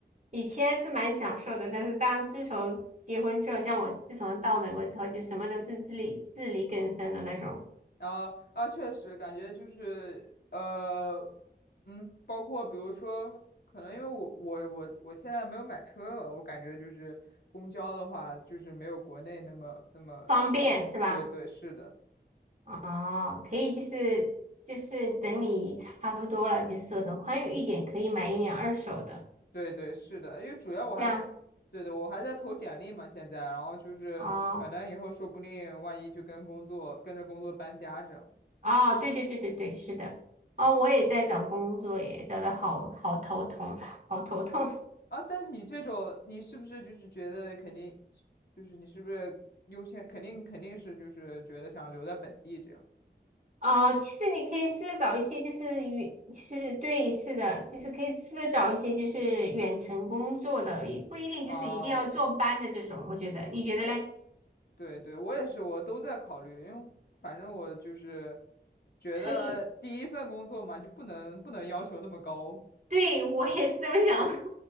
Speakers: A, on the right; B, on the left.
A: 以前是蛮享受的，但是当自从结婚之后，像我自从到美国之后，就什么都是自力自力更生的那种，
B: 啊啊，确实感觉就是呃，嗯，包括比如说，可能因为我我我我现在没有买车了，我感觉就是公交的话，就是没有国内那么那么，
A: 方便是吧？
B: 就是对对是的，
A: 哦，可以，就是就是等你差不多了，就是手头宽裕一点，可以买一辆二手的，
B: 对对是的，因为主要我还在，
A: 这样
B: 对对，我还在投简历嘛，现在，然后就是反正以后说不定万一就跟工作跟着工作搬家这样。
A: 哦哦，对对对对对，是的，哦，我也在找工作耶，找的好好头痛，<laughs> 好头痛
B: 啊，但你这种，你是不是就是觉得肯定，就是你是不是优先，肯定肯定是就是觉得想留在本地这样
A: 哦。其实你可以试着找一些就是远，就是对，是的，就是可以试着找一些就是远程工作的，也不一定就是一定要坐班的这种，
B: 啊？
A: 我觉得，你觉得嘞？
B: 对对，我也是，我都在考虑，因为反正我就是觉得第一份工作嘛，
A: 可以，
B: 就不能不能要求那么高，
A: 对，我也是这么想。